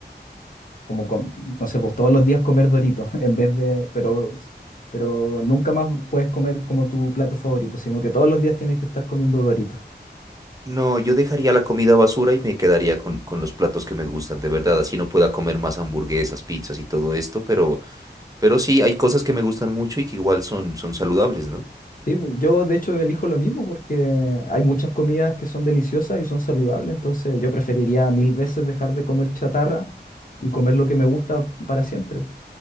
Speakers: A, on the left; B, on the right.
A: como com- no sé, pues todos los días comer Doritos <laughs> en vez de, pero, pero nunca más puedes comer como tu plato favorito, sino que todos los días tienes que estar comiendo Doritos.
B: No, yo dejaría la comida basura y me quedaría con, con los platos que me gustan, de verdad. Así no pueda comer más hamburguesas, pizzas y todo esto, pero, pero sí hay cosas que me gustan mucho y que igual son, son saludables, ¿no?
A: Sí, pues, yo de hecho elijo lo mismo porque hay muchas comidas que son deliciosas y son saludables, entonces yo preferiría mil veces dejar de comer chatarra y comer lo que me gusta para siempre.